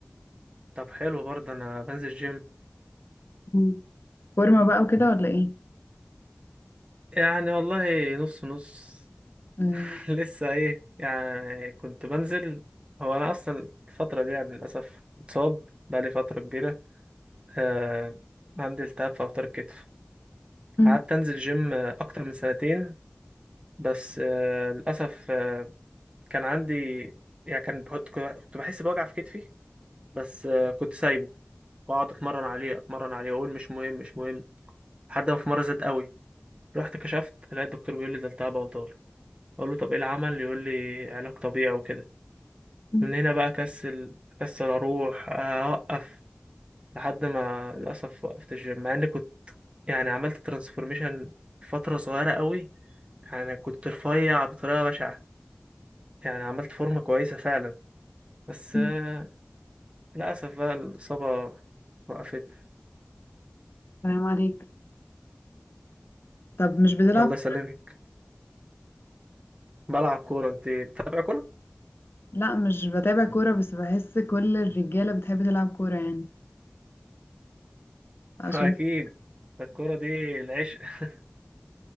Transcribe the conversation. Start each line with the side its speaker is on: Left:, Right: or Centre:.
Right: طب حلو برضه انا بنزل جيم
Left: مم. فورمة بقى وكده ولا إيه؟
Right: يعني والله نص نص
Left: مم.
Right: <laughs> لسه ايه يعني كنت بنزل هو انا اصلا الفتره دي يعني للاسف متصاب بقالي فتره كبيره آه عندي التهاب في اوتار الكتف
Left: مم.
Right: قعدت انزل جيم اكتر من سنتين بس آه، للاسف آه، كان عندي يعني كان بحط كنت بحس بوجع في كتفي بس آه، كنت سايبه واقعد اتمرن عليه اتمرن عليه واقول مش مهم مش مهم لحد ما في مره زاد قوي رحت كشفت لقيت الدكتور بيقول لي ده التهاب اوتار اقول له طب ايه العمل يقول لي علاج طبيعي وكده
Left: مم.
Right: من هنا بقى كسل كسل اروح آه، اوقف لحد ما للاسف وقفت الجيم مع اني كنت يعني عملت ترانسفورميشن فتره صغيره قوي يعني كنت رفيع بطريقه بشعه يعني عملت فورمة كويسة فعلا بس
Left: مم.
Right: آه، للأسف بقى الإصابة وقفت
Left: سلام عليك طب مش بتلعب
Right: الله
Left: كورة؟
Right: يسلمك بلعب كورة أنت بتتابع كورة؟
Left: لا مش بتابع كورة بس بحس كل الرجالة بتحب تلعب كورة يعني عشان
Right: <laughs> أكيد
Left: كده
Right: الكورة دي العشق <laughs>